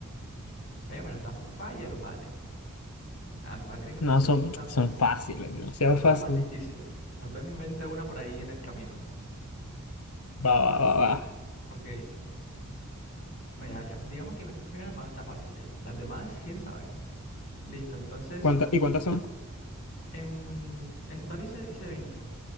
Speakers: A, on the left; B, on the left.
A: Vaya, pero estás un fire, vale. Ah, te voy a tener que moverte
B: No, son,
A: preguntas
B: son
A: más,
B: fáciles, demasiado
A: más,
B: fácil.
A: más difíciles. Tal vez me invente una por ahí en el camino.
B: Va, va, va, va.
A: Ok. No, ya, ya. Digamos que las cinco primeras van a estar fácil ya. Las demás, quién sabe. Listo, entonces,
B: ¿Cuánta- ¿y cuántas son?
A: en, en total hice, hice veinte